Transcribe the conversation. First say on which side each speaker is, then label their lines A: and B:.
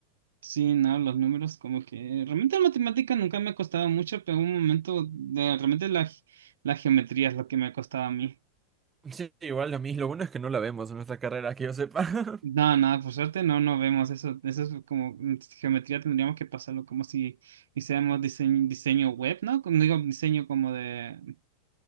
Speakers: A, on the right; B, on the right.
A: Sí, no, los números como que realmente la matemática nunca me ha costado mucho, pero en un momento de- realmente la, ge- la geometría es lo que me ha costado a mí.
B: Sí, igual a mí lo bueno es que no la vemos en nuestra carrera, que yo sepa. <laughs>
A: No, nada, por suerte no, no vemos eso. Eso es como mm, geometría tendríamos que pasarlo como si hiciéramos diseño, diseño web, ¿no? Como digo, diseño como de,